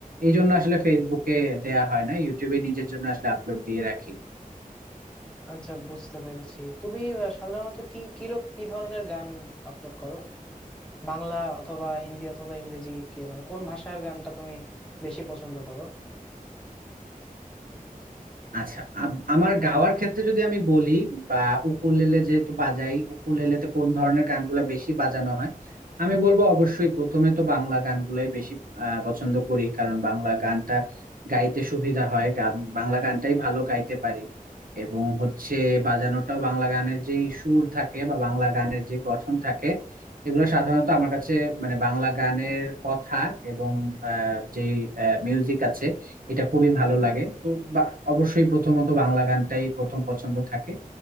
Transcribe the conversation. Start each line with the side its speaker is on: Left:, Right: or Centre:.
Right: এই জন্য আসলে ফেসবুকে দেয়া হয় না ইউটিউবে নিজের জন্য আসলে আপলোড দিয়ে রাখি
Centre: আচ্ছা বুঝতে পেরেছি তুমি আহ, সাধারণত কি কিরক কি ধরনের গান আপলোড করো বাংলা অথবা হিন্দি অথবা ইংরেজি কি মানে কোন ভাষার গানটা তুমি বেশি পছন্দ করো
Right: আচ্ছা আম- আমার গাওয়ার ক্ষেত্রে যদি আমি বলি বা উকুলেলে যেহেতু বাজাই উকুলেলেতে কোন ধরনের গানগুলা বেশি বাজানো হয় আমি বলবো অবশ্যই প্রথমে তো বাংলা গানগুলাই বেশি আহ, পছন্দ করি কারণ বাংলা গানটা গাইতে সুবিধা হয় গান বাংলা গানটাই ভালো গাইতে পারি এবং হচ্ছে বাজানোটাও বাংলা গানের যেই সুর থাকে বা বাংলা গানের যে গঠন থাকে এগুলো সাধারণত আমার কাছে মানে বাংলা গানের কথা এবং যে মিউজিক আছে এটা খুবই ভালো লাগে তো বা- অবশ্যই প্রথমত বাংলা গানটাই প্রথম পছন্দ থাকে